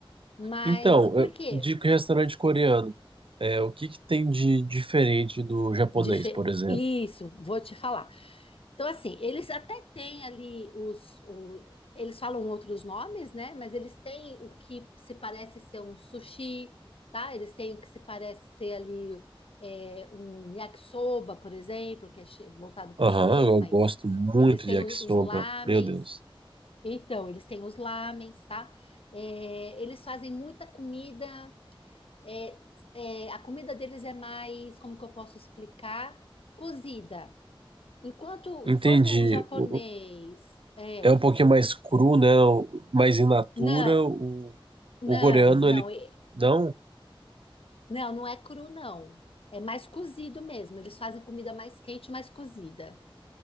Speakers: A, on the left (about 75°); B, on the right (about 65°).
A: mas
B: Então,
A: por
B: eu-
A: quê?
B: de restaurante coreano, é, o que que tem de diferente do japonês,
A: Dife-
B: por exemplo?
A: Isso, vou te falar. Então, assim, eles até têm ali os. o- eles falam outros nomes, né? Mas eles têm o que se parece ser um sushi, tá? Eles têm o que se parece ser ali é, um yakisoba, por exemplo, que é chi- voltado para
B: Aham,
A: o chinês,
B: eu
A: mas
B: gosto muito
A: eles têm
B: de yakisoba,
A: os, os lamens.
B: meu Deus.
A: Então, eles têm os lamens, tá? É, eles fazem muita comida é, é, a comida deles é mais, como que eu posso explicar? Cozida. Enquanto,
B: Entendi.
A: enquanto o japonês
B: O- o-
A: é,
B: É um pouquinho mais
A: e-
B: cru, né? O- Mais in natura.
A: não,
B: O,
A: não,
B: o coreano,
A: não,
B: ele.
A: e-
B: Não?
A: não, não é cru, não. É mais cozido mesmo. Eles fazem comida mais quente, mais cozida.